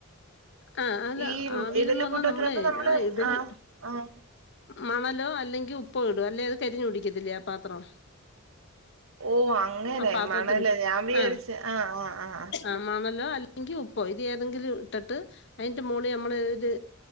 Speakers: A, on the left (about 55°); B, on the right (about 70°).
A: ആ അല്ല
B: ഈ
A: ആവിയിൽ
B: ഇഡലി
A: നിന്നുവന്നാ
B: കൂട്ടത്തിനകത്ത്
A: നമ്മളെ
B: നമ്മള്
A: ആ ഇടത്
B: ആഹ് ആഹ്
A: മണലോ അല്ലെങ്കിൽ ഉപ്പോ ഇടും അല്ലെ അത് കരിഞ്ഞ് പിടിക്കത്തില്ലേ ആ പാത്രം
B: ഓ അങ്ങനെ
A: ആ പാത്രത്തിന്റെ
B: മണല് ഞാൻ വിചാരിച്ച്
A: ആ
B: ആ ആ ആ
A: ആ മണലോ അല്ലെങ്കി ഉപ്പോ ഇത് ഏതെങ്കിലും ഇട്ടിട്ട് അതിന്റെ മോളിൽ നമ്മള് ഒരു